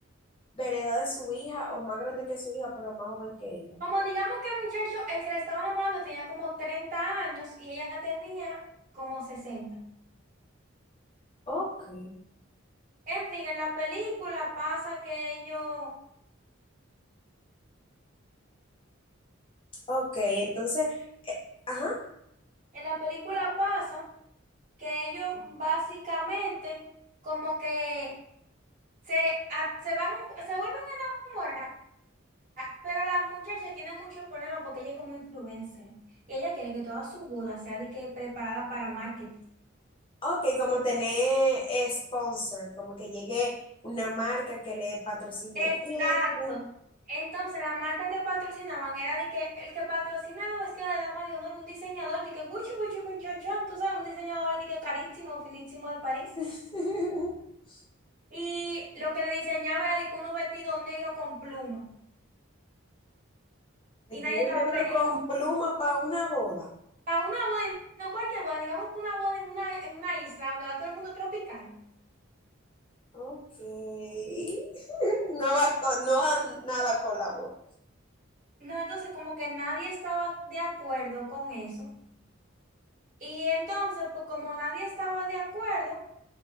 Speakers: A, on the left (about 25°); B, on the right (about 40°).
A: de la edad de su hija o más grande que su hija, pero más joven que ella?
B: Como digamos que el muchacho, el que la estaba enamorando tenía como treinta años y ella tenía como sesenta
A: Ok.
B: En fin, en la película pasa que ellos,
A: Ok, entonces, ajá.
B: en la película pasa que ellos básicamente como que se, a- se van, se vuelven a enamorar, pero la muchacha tiene muchos problemas porque ella es como influencer y ella quiere que toda su boda sea de que preparada para marketing.
A: Ok, como tener eh, sponsor, como que llegue una marca que le patrocine
B: Exacto.
A: esto.
B: Entonces, la marca que patrocinaban era de que el que patrocina los vestidos de dama de honor, un diseñador de que Gucci Gucci con chon chon, tú sabes, un diseñador de que carísimo, finísimo de París.
A: <laughs>
B: Y lo que le diseñaba era de que unos vestidos negros con pluma.
A: Vestido
B: Y nadie estaba
A: negro
B: feliz.
A: con
B: po.
A: pluma para una boda.
B: Para una boda, no cualquier boda, digamos que una boda en una, en una isla donde va todo el mundo tropical.
A: Ok. <laughs> No va, con- no va nada con la voz.
B: No, entonces como que nadie estaba de acuerdo con eso. Y entonces, pues como nadie estaba de acuerdo,